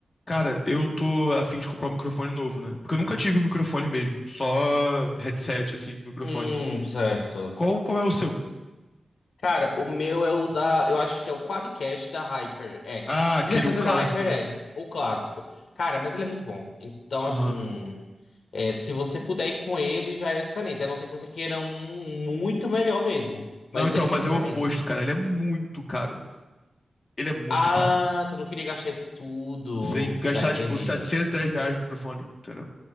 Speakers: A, on the left; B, on the left.
A: Cara, eu tô a fim de comprar um microfone novo, né? Porque eu nunca tive um microfone mesmo, só headset, assim, com microfone.
B: Hum, certo.
A: Qual, qual é o seu?
B: Cara, o meu é o da. Eu acho que é o Quadcast da HyperX.
A: Ah, aquele,
B: <laughs> Quer dizer,
A: o clássico,
B: da HyperX,
A: né?
B: o clássico. Cara, mas ele é muito bom. Então,
A: Aham.
B: assim. é, se você puder ir com ele, já é excelente. A não ser que você queira um muito melhor mesmo. Mas
A: Não, então,
B: ele já
A: mas
B: é excelente.
A: é o oposto, cara. Ele é muito caro. Ele é muito
B: Ah,
A: caro.
B: tu não queria gastar isso tudo.
A: Sem gastar,
B: Tá, entendi.
A: tipo, 710 reais no microfone, entendeu?